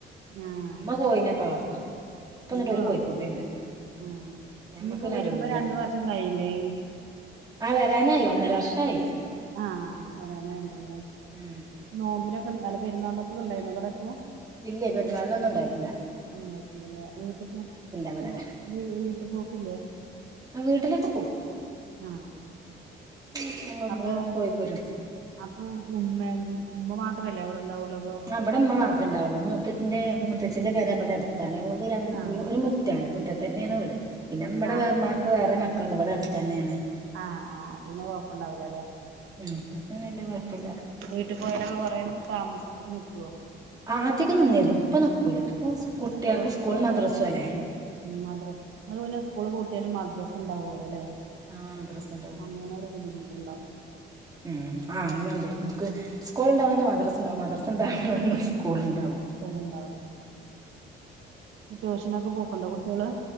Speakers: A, on the right; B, on the right.
A: ആഹ്
B: ഉമ്മ കോയീനെക്കെ വളർത്തും ഇപ്പൊ എന്നിട്ട്
A: ഉമ്മ
B: ഒരു
A: വളത്തല്
B: കോഴിക്കുട്ടിയുണ്ട് ഉം
A: ആഹ്
B: ഞമ്മക്ക്
A: ഇനിപ്പോയി
B: പിന്നെ
A: വരുമ്പൊ
B: അതൊന്നുമില്ല
A: രണ്ടു വർഷം കഴിയില്ലേ എ-
B: ആഹ് വരാനായി ഒന്നര വർഷായി
A: ആഹ് വരാനായുണ്ടാവൂലെ
B: ഉം
A: നോമ്പിനൊക്കെ ഉണ്ടാല പെരുന്നാളിനൊക്കെണ്ടാരുന്നൊ ഇവിടെ ഇപ്പോ?
B: ഇല്ലെ പെരുന്നാളിനൊന്നും ഒണ്ടായിട്ടില്ല
A: ഇണ്ടായിട്ടില്ലല്ലേ വീട്ട് പോ അപ്പൊ
B: ഇവിടെ
A: വീട്ട് പോക്കില്ലെ?
B: ആഹ് വീട്ടിലൊക്കെ പോവും
A: ആഹ്
B: ആഹ് അമ്മള്
A: അപ്പൊ
B: പോയി പ്പൊരും
A: അപ്പൊ ഉമ്മ ഉമ്മ മാത്രല്ലേ അവടെ ണ്ടാവൊള്ളു
B: ആഹ് ഇബ്ടെ ഉമ്മ മാത്രേ ണ്ടാവുള്ളൂ മൂത്തച്ഛന്റെ മൂത്തച്ചിന്റെ പെര ബ്ടെ അട് ത്താണ് ഞങ്ങക്ക് രണ്
A: ആഹ്
B: ഒരു മുറ്റാണ് മുറ്റത്തന്നെയാണ് വീട് പിന്നെ ഇവ്ടെ
A: ആഹ്
B: വെ ഉമ്മാക്ക് വേറെ മക്ക ക്കണ്ട് ഇബ്ടെ അടുത്തന്നേണ്
A: ആഹ് ആഹ് അപ്പിന്നെ കൊഴപ്പുണ്ടാവില്ല ല്ലെ
B: ഉം അപ്പം വല്ല്യ കൊഴപ്പില്ല
A: വീട്ടി പോയാലൊക്കെ കൊറേ താമസിച്ച് നിക്കൊ?
B: ആദ്യക്കെ നിന്നിരുന്നു ഇപ്പൊ നിക്കൂല ഇപ്പൊ സ് കുട്ടിയക്ക്
A: കുട്ടികള് സ്കൂളൊക്കെ
B: സ്കൂളും മദ്രസും
A: ഇതാവൂലല്ലേ
B: അല്ലെ
A: ഉം മദ്ര ഇങ്ങള് പിന്നസ്കൂള് പൂട്ടിയാലും മദ്രസണ്ടാവോല അല്ലെ
B: ആഹ് മദ്രസണ്ടാവും
A: അങ്ങനെ ഒരു ബുദ്ധിമുട്ടുണ്ടാവും
B: ഉം ആഹ് അങ്ങനൊണ്ട് ഇൻക്ക് സ്കൂള് ഉണ്ടാവണന്ന് മദ്രസണ്ടാവും മദ്രസ ഉണ്ടാണന്ന് സ് കൂളുണ്ടാവും
A: ആഹ് ഉണ്ടാവും ട്യൂഷനൊക്കെ പോക്കുണ്ടൊ കുട്ടിയള്